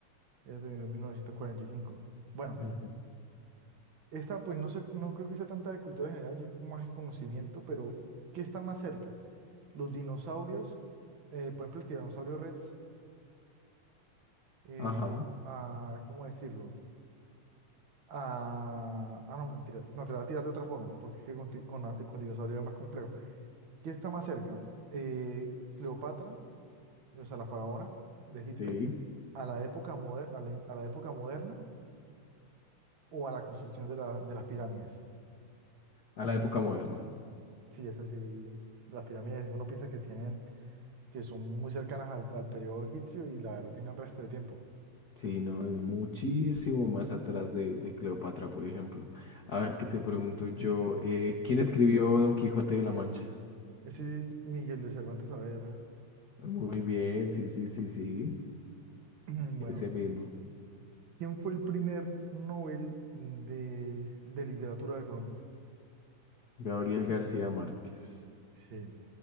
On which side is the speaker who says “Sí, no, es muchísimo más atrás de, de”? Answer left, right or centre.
Left